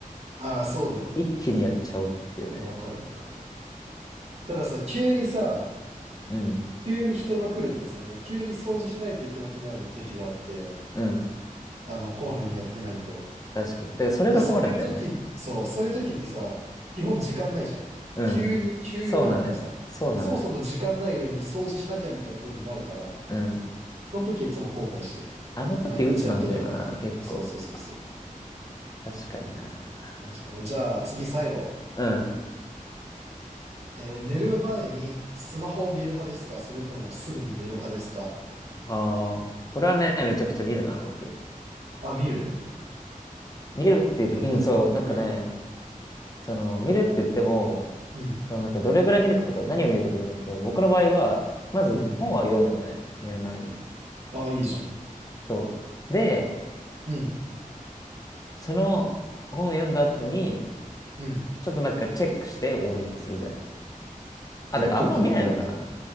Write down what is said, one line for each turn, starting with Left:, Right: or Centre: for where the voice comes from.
Right: ああ、そうだよね。
Left: 一気にやっちゃおうっていうね。
Right: いやわかるわかる。たださ、急にさ、
Left: うん。
Right: 急に人が来るとかさ、なんか急に掃除しないといけなくなる時があって、
Left: うん。
Right: あの、こまめにやってないと。
Left: 確かに。だからそれが困るんだよね。
Right: で、そういう時、そう、そういう時ってさ、基本時間ないじゃん。
Left: うん。
Right: 急に、急用だからさ、
Left: そうなのよ。そうなのよ。
Right: そもそも時間ない上に掃除しなきゃみたいな風になるから、
Left: うん。
Right: その時はいつも後悔してる。毎毎日やっとけばなって。
Left: あの時鬱なんだよな、結構。
Right: そうそうそうそう。
Left: 確かにな。
Right: 感じかな。じゃあ次最後。
Left: うん。
Right: えー寝る前にスマホを見る派ですかそれともすぐに寝る派ですか
Left: ああ、これはね、めちゃくちゃ見るな、僕。
Right: あ、見る
Left: 見るっていうか、
Right: えー、
Left: うん、そう、なんかね、
Right: うん、
Left: その、見るって言っても、
Right: うん、
Left: そのなんかどれぐらい見るかとか何を見るかとかだけど、僕の場合は、まず本は読むのね、
Right: うん。
Left: 寝る前に。
Right: あ、いいじゃん。
Left: そう。で、
Right: うん、
Left: その本を読んだ後に、
Right: うん。
Left: ちょっとなんかチェックして終わりにするぐらい。あ、
Right: チェックっていうのはどういうこと
Left: だからあんま見ないのかな。